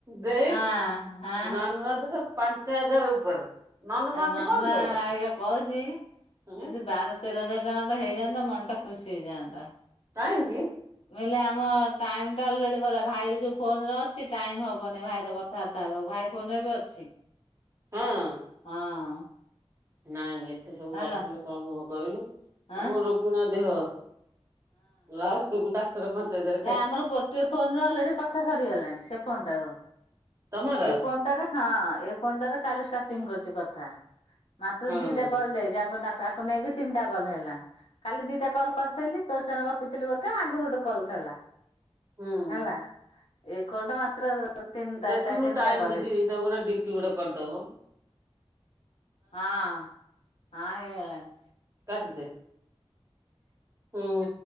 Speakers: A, on the right; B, on the left.
A: ଦେଇ
B: ହଁ ହଁ
A: ନାନ ରଥ ସବୁ ପାଞ୍ଚ ହଜାର ଉପରେ ନାନୁକୁ ଆମେ
B: ନାନୁଆ
A: କଣ
B: ନୂଆ
A: ଦବା
B: ଆଜ୍ଞା କହୁଛି
A: ହୁଁ
B: ଯଦି ବାର ତେର ହଜାର ଟଙ୍କା ଟା ହେଇଯାନ୍ତା ମନ ଟା ଖୁସି ହେଇଯାନ୍ତା।
A: ନାହିଁକି
B: ମୁଁ କହିଲି ଆମ ଟାଇମ ଟା ଅଲରେଡି କଲେ ଭାଇ ଯୋଉ ଫୋନ ଅଛି ଟାଇମ ହବନି ଭାଇର କଥା କଥାବାର୍ତା ହେ ଆଉ ଭାଇ ଫୋନ ରେ ବି ଅଛି
A: ହଁ
B: ହଁ।
A: ନାଇଁ ଏତେ ସବୁ
B: ହେଲା
A: ଗପିଲୁ କଣ ହବ କହିଲୁ
B: ଆଁ
A: ଆମେ ରୋଗିନା ଦେହ। ଲଷ୍ଟକୁ ଡାକ୍ତର ପାଞ୍ଚ ହଜାର
B: ନାଇ ଆମର ଗୋଟିଏ ଫୋନ ରୁ ଅଲରେଡି କଥା ସରିଗଲାଣି ସେ ଫୋନଟାରୁ
A: ତମର
B: ଏଇ ଫୋନ ଟାରେ ହଁ ଏ ଫୋନ ଟାରେ କାଲି ଷ୍ଟାର୍ଟିଂ କରିଛି କଥା। ମାତ୍ର
A: ହୁଁ
B: ଦିଟା କଲ ଯାଇଛି ନା ଆକୁ ନେଇକି ତିନିଟା କଲ ହେଲା କାଲି ଦିଟା କଲ କରିସଥିଲି ତ ସାଙ୍ଗେ ଗପିଥିଲି ଗୋଟେ ଆଗରୁ ଗୋଟେ କଲ୍ ହେଲା
A: ହୁଁ।
B: ହେଲା ଏ କଲ୍ ଟା ମାତ୍ର ତିନିଟା
A: ଦେଖୁନୁ
B: ତିନିଟା
A: ଟାଇମ
B: କଲ୍
A: ଯିଦି
B: ହେଇଛି
A: ହେଇଥିବ ଗୋଟେ ଡିପି ଗୋଟେ କରିଦବ।
B: ହଁ ହଁ ହେଇଗଲାଣି।
A: କାଟି ଦେ ହୁଁ।